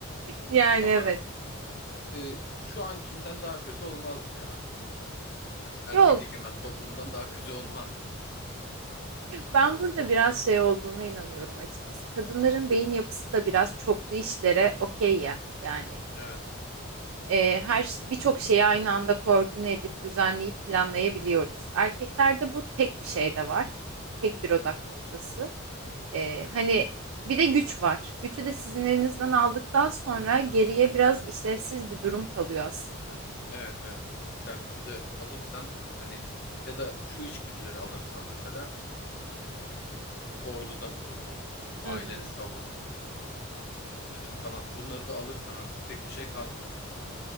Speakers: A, on the right; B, on the left.
A: Yani
B: Ama
A: evet.
B: e, şu ankinden daha kötü olmazdı ya. Hani erkek
A: Yok.
B: egemen toplumdan daha <laughs> kötü olmazdı.
A: Ben burada biraz şey olduğuna inanıyorum açıkçası. Kadınların beyin yapısı da biraz çoklu işlere okey ya. Yani
B: Evet.
A: e, her ş- birçok şeyi aynı anda koordine edip düzenleyip planlayabiliyoruz. Erkeklerde bu tek bir şey de var. Tek bir odak noktası. E, hani bir de güç var. Gücü de sizin elinizden aldıktan sonra geriye biraz işlevsiz bir durum kalıyor aslında.
B: Evet evet. Fiziksel gücü de alırsan hani ya da şu içgüdüleri alırsan mesela e, orduda bulun. Aileni
A: Hı hı.
B: savun. e, falan. Bunları da alırsan artık pek bir şey kalmıyor.